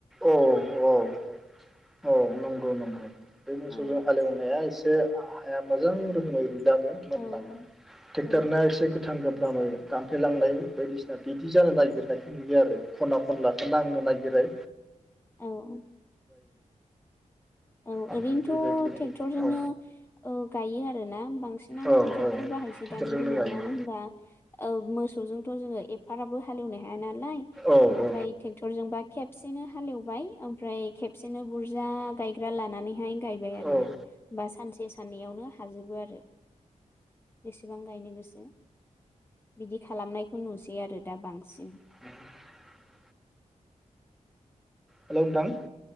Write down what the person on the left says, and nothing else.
औ
औ
औ
ओ - औ ओरैनोथ
ट्रेक्टरजोंनो
ओ गायो आरोना बां बांसिनानो
ट्रेक्टर
बाहायसै
दानि दिनाव
मानो होनबा औ मोसौजोंथ जोङो एफाराबो हालेवनो हाया ना नालाय
ओमफाय
ट्रेक्टरजों बा खेबसेनो हालेव बाय ओमफ्राय खेबसेनो बुरजा गायग्रा लानानैहाय गायबाय आरोना
बा सानसे साननैयावनो हाजोबो आरो बेसेबां गायनो गोसो बिदि खालामनायखौ नुसै आरो दा बांसिन